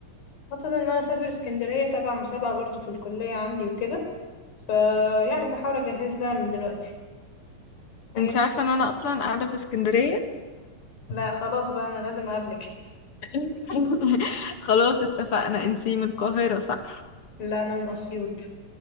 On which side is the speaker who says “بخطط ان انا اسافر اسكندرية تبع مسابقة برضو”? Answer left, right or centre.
Left